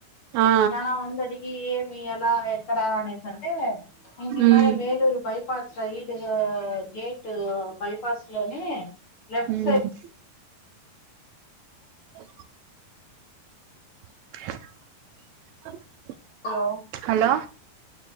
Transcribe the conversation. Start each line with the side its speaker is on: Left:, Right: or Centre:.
Right: ఆ
Left: చాలా ముంది అడిగి ఏమి ఎలా ఎక్కడా అనేసి అంటే ఇది
Right: ఉమ్
Left: మన Vellore bypass pass side gate bypass లోనే లెఫ్ట్
Right: హమ్
Left: సైడ్
Right: ఓ <inaudible>
Left: హలో
Right: హలో